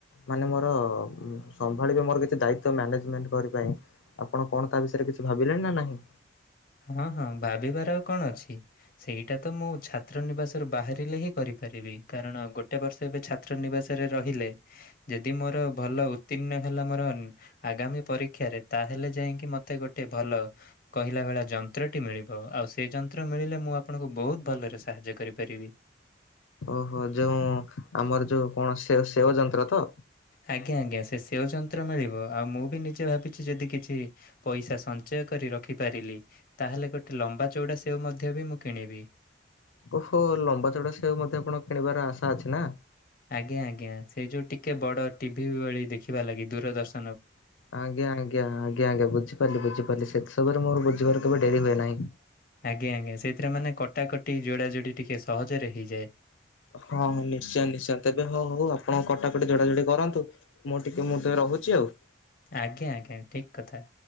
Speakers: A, on the left; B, on the left.
A: ମାନେ ମୋର ସମ୍ଭାଳି ଜେ ମୋର କିଛି ଦାୟିତ୍ୱ ମ୍ୟାନଜେମେଣ୍ଟ କରି ପାଇଁ ଆପଣ କଣ ତା ବିଷୟରେ କିଛି ଭାବିଲେଣି ନା ନାହିଁ।
B: ହଁ ହଁ ଭାବିବାର ଆଉ କଣ ଅଛି ସେଇଟା ତ ମୁଁ ଛାତ୍ର ନିବାସରୁ ବାହାରିଲେ ହିଁ କରି କରିବି କାରଣ ଗୋଟେ ବର୍ଷ ଏବେ ଛାତ୍ର ନିବାସରେ ରହିଲେ ଯଦି ମୋର ଭଲ ଉତିର୍ଣ୍ଣ ହେଲା ମୋର ଆଗାମୀ ପରୀକ୍ଷାରେ ତାହେଲେ ଯାଇକି ମତେ ଗୋଟେ ଭଲ କହିଲା ଭଳିଆ ଯନ୍ତ୍ରଟି ମିଳିବ ଆଉ ସେ ଯନ୍ତ୍ର ମିଳିଲେ ମୁଁ ଆପଣଙ୍କୁ ବହୁତ ଭଲରେ ସାହାଯ୍ୟ କରିପାରିବି।
A: ଓହୋ ଯୋଉ ଆମର ଯୋଉ କଣ ସେ ସେଓ ଯନ୍ତ୍ର ତ।
B: ଆଜ୍ଞା ଆଜ୍ଞା ସେ ସେଓ ଯନ୍ତ୍ର ମିଳିବ ଆଉ ମୁଁ ବି ନିଜେ ଭାବିଛି ଯଦି କିଛି ପଇସା ସଞ୍ଚୟ କରି ରଖିପାରିଲି ତାହେଲେ ଗୋଟେ ଲମ୍ବା ଚଉଡା ସେଓ ମଧ୍ୟ ବି ମୁଁ କିଣିବି।
A: ଓହୋ ଲମ୍ବା ଚଉଡା ସେଉ ମଧ୍ୟ ଆପଣ କିଣିବାର ଆଶା ଅଛି ନା?
B: ଆଜ୍ଞା ଆଜ୍ଞା ସେ ଯୋଉ ଟିକେ ବଡ଼ ଟିଭି ଭଳି ଦେଖିବା ଲାଗି ଦୂରଦର୍ଶ
A: ଆଜ୍ଞା ଆଜ୍ଞା ଆଜ୍ଞା ଆଜ୍ଞା ବୁଝିପାରିଲି ବୁଝିପାରିଲି ସେଥି ଯୋଗୁରୁ ମୋର ଝିବାର କେବେ ଡେରି ହୁଏ ନାହିଁ।
B: ଆଜ୍ଞା ଆଜ୍ଞା ସେଇଥିରେ ମାନେ କଟାକଟି ଯୋଡା ଯୋଡି ଟିକେ ସହଜରେ ହେଇଯାଏ।
A: ହଁ ହଁ ନିଶ୍ଚୟ ନିଶ୍ଚୟ ତେବେ ହଉ ହଉ ଆପଣ କଟାକଟି ଜୋଡାଜୋଡି କରନ୍ତୁ ମୁଁ ଟିକେ ମୁଟି ର କହୁଛି ଆଉ।
B: ଆଜ୍ଞା ଆଜ୍ଞା ଠିକ କଥା।